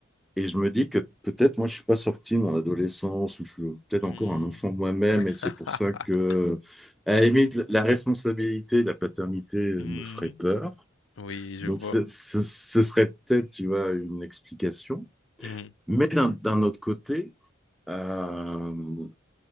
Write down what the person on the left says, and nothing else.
Hmm.
<laughs>
Hmm.
Oui, je
vois.
Hmm.